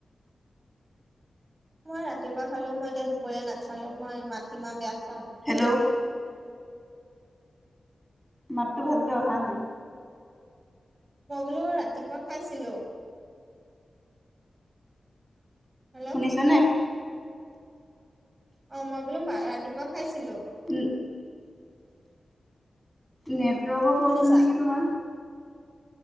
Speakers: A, on the right; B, in the centre.
A: মই ৰাতিপুৱা খালো, মই এতিয়া দুপৰীয়া নাখালো মই মাটি মাহ বেয়া পাও।
B: হেল্ল', মাতটো ভালকে অহা নাই।
A: মই বোলো ৰাতিপুৱা খাইছিলো। হেল্ল',
B: শুনিছনে?
A: অ, মই বোলো ৰাতিপুৱা খাইছিলো।
B: উম, নেটৱৰ্কৰ প্ৰব্লেম
A: শুনিছা
B: নেকি তোমাৰ।